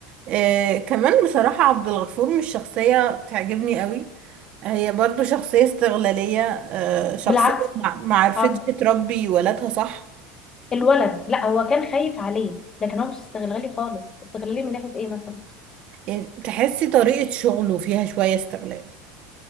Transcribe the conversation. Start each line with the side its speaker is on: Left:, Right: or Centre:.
Right: آه كمان بصراحة عبد الغفور مش شخصية تعجبني قوي هي برضو شخصية استغلالية آه شخصية
Left: بالعكس
Right: مع- معرفتش
Left: عبد
Right: تربي ولادها صح
Left: الولد لا هو كان خايف عليه لكن هو مش استغلالي خالص استغلالي من ناحية ايه مثلا
Right: يعني تحسي طريقة شغله فيها شوية استغلال